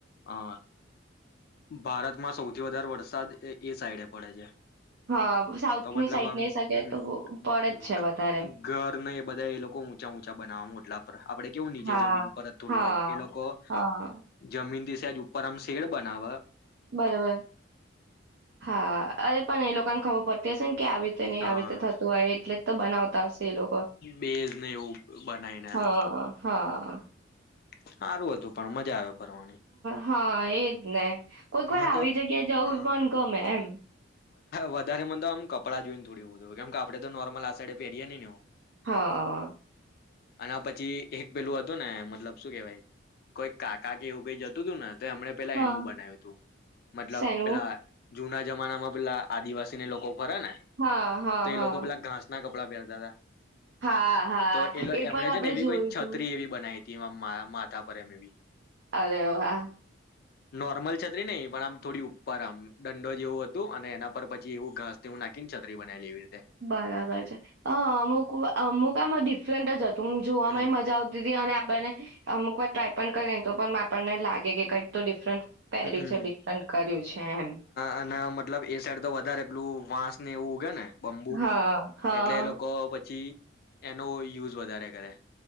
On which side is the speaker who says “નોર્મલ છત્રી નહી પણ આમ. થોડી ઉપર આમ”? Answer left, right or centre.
Left